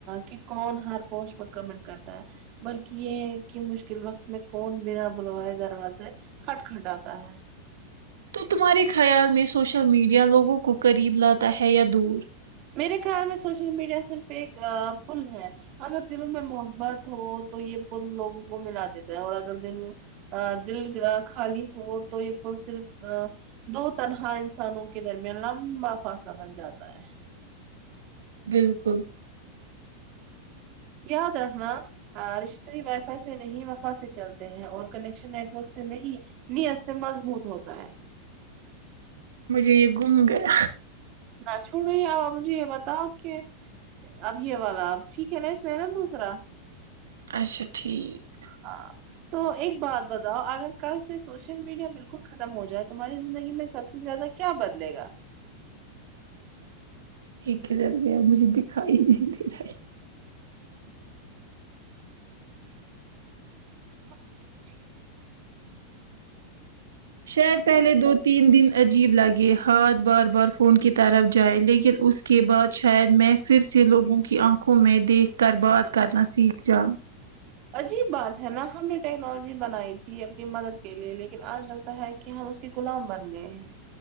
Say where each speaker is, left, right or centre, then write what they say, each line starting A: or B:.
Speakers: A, on the right (about 40°); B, on the right (about 65°).
A: کی کون ہر پوسٹ کمنٹ کرتا ہے بلکی یے ہے کی مشکل وقت میں کون بنا بلوائے دروازے کھٹکھٹا تا ہے
B: تو تمہارے خیال میں سوشل میڈیا لوگوں کو قریب لاتا ہے یا دور
A: میرے خیال میں سوشل میڈیا صرف ایک پل ہے اگر دلوں میں محبت ہو تو یے پل لوگوں کو ملا دیتا ہے اور اگر دلوں آ دل خالی ہو تو یے پل صرف دو تنہا انسانوں کے درمیان لمبا فاصلہ بن جاتا ہے
B: بالکل
A: یاد رکھنا رشتے وائی فائی سے نہیں وفا سے چلتے ہیں اور کنیکشن نیٹ ورک سے نہیں نیت سے مضبوط ہوتا ہے
B: مجھے یے گم گیا
A: نہ چھومی اب آپ مجھے یے بتاؤ کہ اب یے والا اب ٹھیک ہے نا اس میں نا دوسرا
B: اچھا ٹھیک
A: ہاں تو ایک بات بتاؤ اگر کل سے سوشل میڈیا بالکل ختم ہو جائے تمہاری زندگی میں سب سے سے زیادہ کیا بدلے گا
B: ایک کدھر گیا مجھے دکھائی ہی نہیں دے رہا ہے
A: اچھا ٹھیک
B: شہید پہلے دو تین دن عجیب لگے ہاتھ بار بار فون کی طرف جائے لیکن اس کے بعد شاید میں پھر سے لوگوں کی آنکھوں میں دیکھ کر بات کرنا سیکھ جاو
A: عجیب بات ہے نا ہم نے ٹیکنالوجی بنائی تھی اپنی مدد کے لیے لیکن آج لگتا ہے کہ ہم اس کے غلام بن گئے ہیں